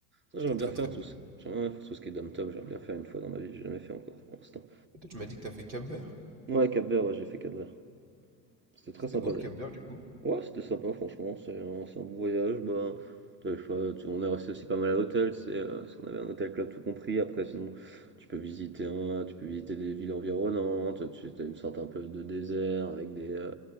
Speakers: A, on the right (about 20°); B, on the right (about 85°).
A: ça,
B: c'était
A: j'aimerais
B: très
A: bien faire
B: très beau.
A: tout ça. J'aimerais bien faire tout ce qui est dom-tom, j'aimerais bien faire une fois dans ma vie, j'ai jamais fait encore pour l'instant.
B: Et toi, tu m'as dit que t'as fait Cap-Vert?
A: Ouais, Cap-Vert, ouais, j'ai fait Cap-Vert. C'était très
B: C'était
A: sympa
B: beau le Cap-Vert du coup?
A: Ouais, c'était sympa, franchement, c'est un c'est un bon voyage. Bah, t'as le choix, tu- on est resté aussi pas mal à l'hôtel, c'est euh, parce qu'on avait un hôtel club tout compris. Après, sinon, tu peux visiter un, tu peux visiter des villes environnantes, tu as une sorte un peu de désert avec des, euh,